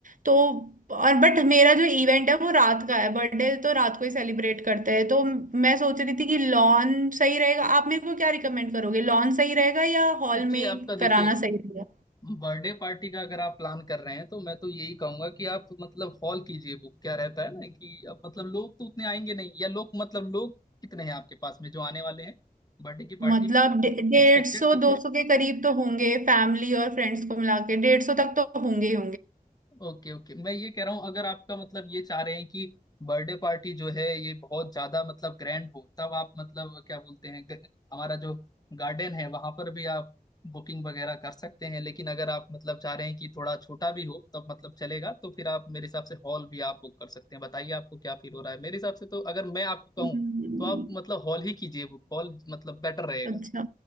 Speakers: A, on the right; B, on the left.
A: तो और बट मेरा जो इवेंट है वो रात का है बर्थडे तो रात को ही सेलिब्रेट करते हैं तो मैं सोच रही थी कि लॉन सही रहेगा आप मेरे को क्या रिकमेंड करोगे लॉन सही रहेगा या हॉल
B: जी
A: में ही
B: आपका देखिए
A: कराना सही रहेगा
B: बर्थडे पार्टी का अगर आप प्लान कर रहे हैं तो मैं तो यही कहूंगा कि आप मतलब हॉल कीजिए बुक क्या रहता है ना कि अब मतलब लोग तो उतने आएंगे नहीं या लोग मतलब लोग कितने हैं आपके पास में जो आने वाले हैं बर्थडे की पार्टी
A: मतलब
B: में
A: डे- डेढ़
B: एक्सपेक्टेड
A: सौ
B: कुछ
A: दो सौ के करीब तो होंगे फैमिली और फ्रेंड्स को मिला के डेढ़ सौ तक तो होंगे ही
B: ओके ओके मैं ये कह रहा हूँ अगर आपका मतलब ये चाह रहे हैं कि बर्थडे पार्टी जो है ये बहुत ज्यादा मतलब ग्रैंड हो तब आप मतलब क्या बोलते हैं ग- हमारा जो गार्डन है वहां पर भी आप बुकिंग वगैरह कर सकते हैं लेकिन अगर आप मतलब चाह रहे हैं कि थोड़ा छोटा भी हो तब मतलब चलेगा तो फिर आप मेरे हिसाब से हॉल भी आप बुक कर सकते हैं बताइए आपको क्या फील हो रहा है मेरे हिसाब से तो अगर मैं आपको
A: होंगे
B: कहूँ तो आप मतलब हॉल ही कीजिए बुक हॉल मतलब बेटर रहेगा
A: अच्छा